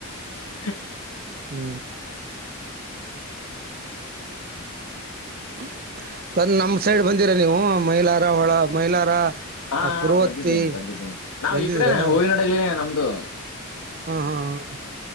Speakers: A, on the left (about 85°); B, on the right (about 40°).
A: ಹ
B: ಹು ಪ್ಚ್ ಹಕು ಬಂದ್ ನಮ್ಮ ಸೈಡ್ ಬಂದಿರಾ ನೀವು ಮೈಲಾರಾ ಹೊಳಾ ಮೈಲಾರಾ
A: ಹಾ
B: ಆ
A: ಹಾ
B: ಕುರುವತ್ತಿ
A: ಬಂದಿದ್ದೇನೆ ಬಂದಿದ್ದೇನೆ ನಾವ್
B: ಬಂದಿದೀರೆನ
A: ಈ ಕಡೆನೆ ಹೂವಿನಡಗ್ಲಿನೇ ನಮ್ದು
B: ಹ ಹ ಹ